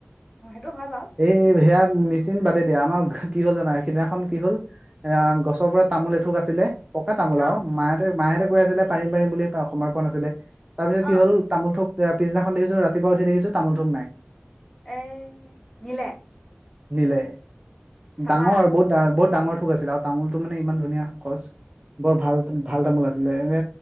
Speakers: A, in the centre; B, on the right.
A: অ সেইটো হয় বাৰু
B: এই ভেয়া মেচিন বাদতি দিয়া আমাৰ কি হ'ল জানা সিদিনাখন কি হ'ল এ গছৰ পৰা তামোল এথুক আছিলে পকা তামোল
A: অ
B: আও মায় মাহেঁতে কৈ আছিলে পাৰিম পাৰিম বুলি সময় পোৱা নাছিলে তাৰ পিছত
A: অ
B: কি হল তামোল থোক এ পিছদিনাখন দেখছো ৰাতিপুৱা শুই উঠি দেখিছো তামোল থোক নাই।
A: এ নিলে
B: নিলে
A: চাবা
B: ডাঙৰ বহুত ডাঙ বহুত ডাঙৰ থোক আছিলে আৰু তামোল থোক মানে ইমান ধুনীয়া খচ বৰ ভাল ভাল তামোল আছিলে এনে